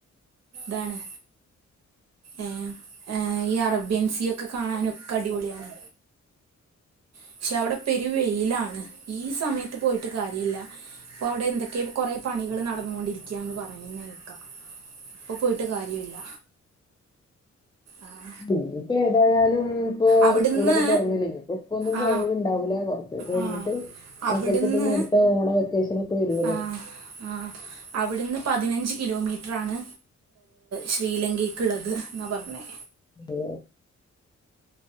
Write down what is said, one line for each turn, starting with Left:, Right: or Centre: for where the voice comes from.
Right: താണ് ഏഹ് ഏഹ് ഈ അറബ്യൻ സീയൊക്കെ കാണാനൊക്കെ അടിപൊളിയാണ് പക്ഷെ അവിടെ പെരുവെയിലാണ് ഈ സമയത്ത് പോയിട്ട് കാര്യല്ല ഇപ്പൊ അവിടെ എന്തൊക്കെയൊ കുറെ പണികള് നടന്നുകൊണ്ടിരിക്യന്ന് പറയുന്നേ കേക്കാം അപ്പൊ പോയിട്ട് കാര്യല്ല ആഹ്
Left: ഇയിപ്പോ ഏതായാലും ഇപ്പൊ
Right: അവിടുന്ന്
Left: സ്കൂളൊക്കെ തുറന്നില്ല ഇനിയിപ്പോ ഇപ്പൊന്നും പോവല
Right: ആ
Left: ഉണ്ടാവൂല കൊറച്ച കഴിഞ്ഞിട്ട്
Right: ആ അവിടുന്ന്
Left: മക്കൾക്ക് പിന്നെ അടുത്ത ഓണ വെക്കേഷന ഒക്കെ വരുവല്ലോ
Right: ആ ആ അവിടുന്ന് പതിനഞ്ച് കിലോമീറ്ററാണ് ശ്രീലങ്കയ്ക്കുള്ളത് എന്നാണ് പറഞ്ഞത്
Left: ഉ